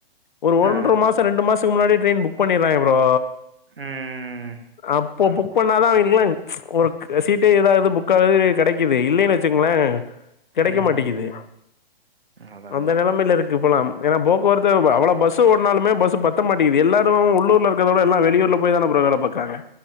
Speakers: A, on the left (about 55°); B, on the right (about 70°).
A: ஒரு ஒன்ற
B: ஆ.
A: மாசொ ரெண்டு மாசொ முன்னாடியே ட்ரெயின் புக் பண்ணிறாய்ங்க ப்ரோ
B: ம்.
A: அப் பொ புக் பண்ணாதா அவ் விங்லாங் ஒரு சீட்டு ஏதாது புக் ஆகுது கிடைக்குது இல்லைன் வச்சிகுங்களே கிடைக்க
B: ம்.
A: மாட்டேக்குது
B: அதான்
A: அந்த
B: ப்ரோ.
A: நிலமைல இருக்கு இப்பலாம் ஏனா போக்குவரத்து அவ்ள பஸ் ஓடுனாலுமெ பஸ் பத்த மாட்டெக்குது எல்லாரு உள்ளுர்ல இருக்கதோட எல்லா வெளியூர்ல போய் தான ப்ரோ வேல பாக் க்காங்க